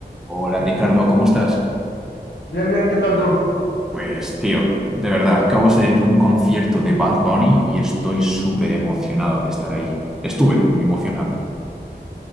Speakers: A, in the centre; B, on the left.
A: Hola Ricardo, ¿cómo estás?
B: Bien, bien, ¿qué tal tú?
A: Pues tío, de verdad, acabo de salir de un concierto de Bad Bunny y estoy súper emocionado de estar ahí. Estuve muy emocionado.